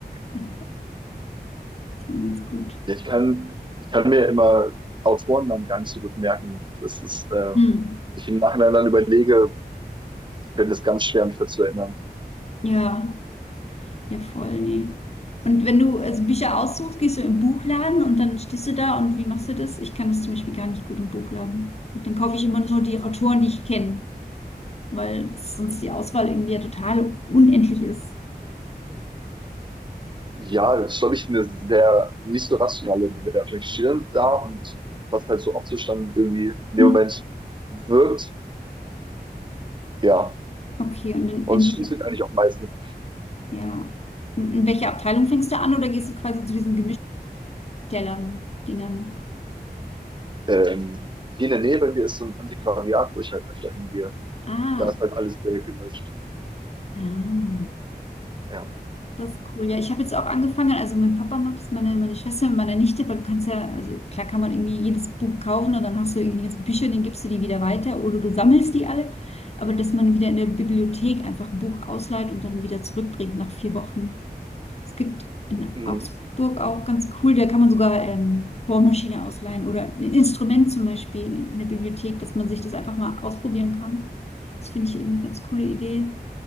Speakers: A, on the left (about 40°); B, on the right (about 30°).
A: das war ganz gut.
B: Ja, ich kann, ich kann mir immer Autorennamen gar nicht so gut merken. Das ist, äh,
A: Hm.
B: ich im Nachhinein dann überlege, fällt es ganz schwer, mich dazu erinnern.
A: Ja, ja, voll, nee. Und wenn du also Bücher aussuchst, gehst du im Buchladen und dann stehst du da und wie machst du das? Ich kann das zum Beispiel gar nicht gut im Buchladen. Und dann kaufe ich immer nur die Autoren, die ich kenne, weil sonst die Auswahl irgendwie ja total unendlich ist.
B: Ja, das ist, glaube ich, eine sehr nicht so rationale Bewertung. Ich stehe dann da und was halt so optisch dann irgendwie in
A: Hm.
B: dem Moment wirkt, ja.
A: Okay, und in,
B: Und
A: in
B: es
A: welcher
B: funktioniert eigentlich auch meistens.
A: Ja. Und in welcher Abteilung fängst du an oder gehst du quasi zu diesen Gemischtellern-Dingern?
B: Ähm, hier in der Nähe bei mir ist so ein Antiquariat, wo ich halt öfter hingehe.
A: Ah,
B: Da ist halt alles sehr gemischt.
A: ah,
B: Ja.
A: das ist cool. Ja, ich habe jetzt auch angefangen, also mein Papa macht das, meine, meine Schwester und meine Nichte, weil du kannst ja, also klar kann man irgendwie jedes Buch kaufen und dann hast du irgendwie die ganzen Bücher, dann gibst du die wieder weiter oder du sammelst die alle. Aber dass man wieder in der Bibliothek einfach ein Buch ausleiht und dann wieder zurückbringt nach vier Wochen. Es gibt in
B: Mhm.
A: Augsburg auch ganz cool, da kann man sogar ähm, Bohrmaschine ausleihen oder ein Instrument zum Beispiel in der Bibliothek, dass man sich das einfach mal ausprobieren kann. Das finde ich irgendwie eine ganz coole Idee,